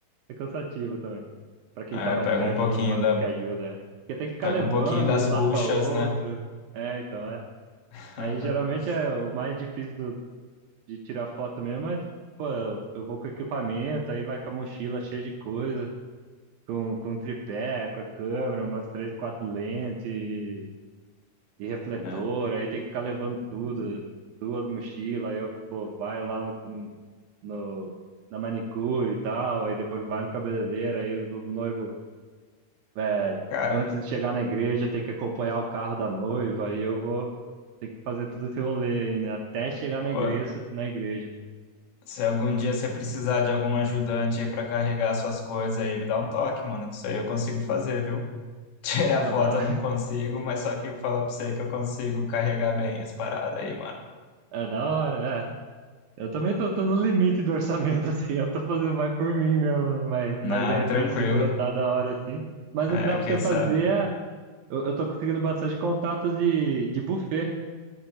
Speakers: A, on the right (about 70°); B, on the left (about 85°).
A: é cansativa também. Pra quem
B: é,
A: tá mais
B: pega
A: perto
B: um pouquinho
A: dos noivos
B: da,
A: que ajuda, é. Porque tem que ficar
B: pega
A: levando
B: um pouquinho das
A: de um
B: buchas,
A: lado pra outro.
B: né?
A: É, então, é.
B: <laughs>
A: Aí geralmente é o mais difícil de tirar foto mesmo, mas, pô, eu eu vou com equipamento, aí vai com a mochila cheia de coisa, com, com um tripé, com a câmera, umas três, quatro lentes e, e refletor,
B: É.
A: aí tem que ficar levando tudo, duas mochilas, aí eu, pô, vai lá no, no, no- na manicure e tal, aí depois vai no cabeleireiro, aí o noivo, é,
B: Cara,
A: antes de chegar na igreja, tem que acompanhar o carro da noiva, aí eu vou ter que fazer todo esse rolê aí, né, até chegar na
B: pô,
A: igreja, na igreja.
B: se algum dia você precisar de algum ajudante aí pra carregar suas coisas aí, me dá um toque, mano, que isso aí eu consigo fazer, viu? <laughs> Tirar
A: Pô,
B: foto
A: dá,
B: eu não consigo, mas só que falar pra você que eu consigo carregar bem as paradas aí, mano.
A: É da hora, é. Eu também tô, tô no limite do orçamento, <laughs> assim, eu tô fazendo mais por mim mesmo, né? Mas,
B: Na,
A: mas de repente
B: tranquilo.
A: se brotar da hora, assim. Mas
B: É,
A: o que dá pra
B: quem
A: você fazer
B: sabe
A: é. Eu, eu tô conseguindo bastante contato de, de buffet,